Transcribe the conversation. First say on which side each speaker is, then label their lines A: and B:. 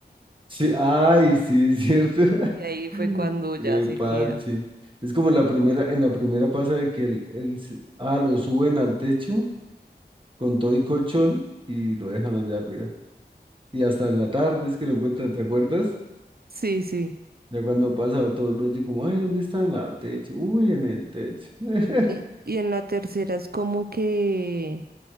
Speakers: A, on the right; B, on the right.
A: Sí, ay, sí, es cierto.
B: Y ahí fue
A: <laughs>
B: cuando
A: Qué
B: ya se
A: parche.
B: queda.
A: Es como en la primera, en la primera pasa de que el, el, se- ah, lo suben al techo con todo y colchón y lo dejan allá arriba. Y hasta en la tarde es que lo encuentran, ¿te acuerdas?
B: Sí, sí.
A: Ya cuando ha pasado todo el rollo, como, ay, ¿dónde está en la techo? Uy, en el techo. <laughs>
B: Y, y en la tercera es como que